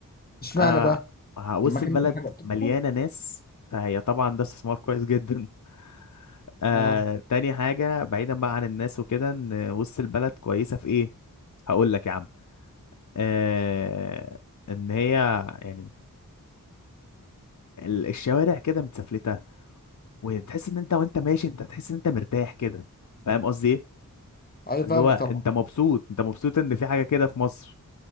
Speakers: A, on the left; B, on the left.
A: اشمعنى
B: آه
A: بقى
B: ه- وسط
A: لما كان
B: البلد
A: في حاجه بتحصل
B: مليانة ناس فهي طبعا ده استثمار كويس جدا <laughs> آه
A: اه
B: تاني حاجة بعيدا بقى عن الناس وكده ان وسط البلد كويسة في ايه هقول لك يا عم آه ان هي يعني ال- الشوارع كده متسفلتة وتحس ان انت وانت ماشي انت تحس ان انت مرتاح كده فاهم قصدي ايه
A: اي
B: اللي
A: فاهمك
B: هو انت
A: طبعا
B: مبسوط انت مبسوط ان في حاجه كده في مصر